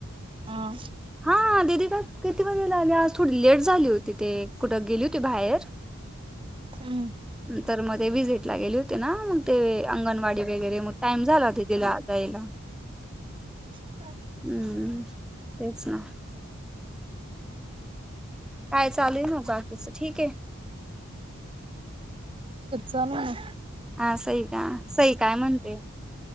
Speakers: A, on the right (about 25°); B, in the centre.
A: हा
B: हा दीदी किती वाजेला आले आज थोडी लेट झाली होती ते कुठं गेली होती बाहेर
A: हम्म.
B: तर मध्ये व्हिजिट ला गेले होते ना मग ते अंगणवाडी वगैरे टाइम झाला होता तिला जायला.
A: न
B: हम्म तेच ना. काय चालू ये बाकीच ठीक आहे.
A: सला <inaudible>
B: हा सई का सई काय म्हणते.